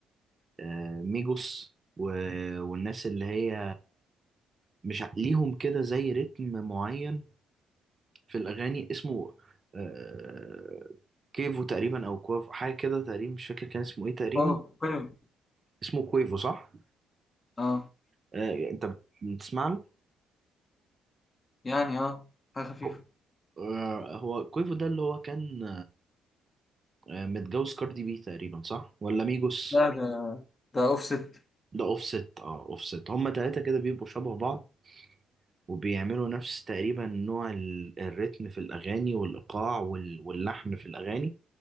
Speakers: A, on the right; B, on the left.
A: آه، ميجوس و... والناس اللي هي مش ع- ليهم كده زي رتم معين في الاغاني اسمه آه، كيفو تقريبا او كوافو حاجه كده تقريبا مش فاكر كان اسمه ايه تقريبا
B: هو كل
A: اسمه كويفو صح
B: اه
A: آه، انت بت- بتسمع له
B: يعني اه حاجة خفيفة
A: هو آه، هو كويفو ده اللي هو كان آه، متجوز كاردي بي تقريبا صح ولا ميجوس
B: لا ده ده أوفست
A: ده اوفست اه اوفست هما تلاتة كده بيبقوا شبه بعض وبيعملوا نفس تقريبا نوع ال- الريتم في الاغاني والايقاع وال- واللحن في الاغاني